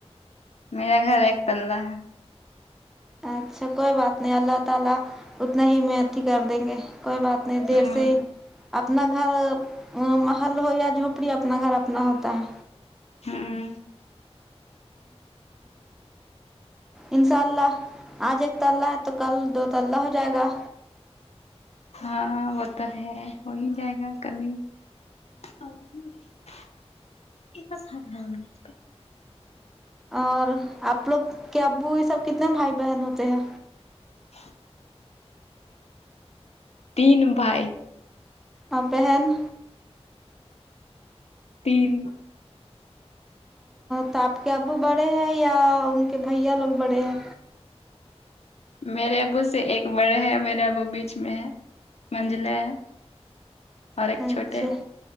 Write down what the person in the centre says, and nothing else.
اچھا کوئی بات نہیں اللہ تعالی اتنا ہی میںت ہی کر دیں گے کوئی بات نہیں دیر
سے ہی اپنا گھر محل ہو یا جھونپڑی اپنا گھر اپنا ہوتا ہے
انشاء اللہ آج ایک تلہ ہے تو کل دو تللہ ہو جائے گا
اور آپ لوگ کے ابو یہ سب کتنے بھائی بہن ہوتے ہیں
اور بہن
تو آپ کے ابو بڑے ہیں یا ان کے بھیا لوگ بڑے ہیں
اچھا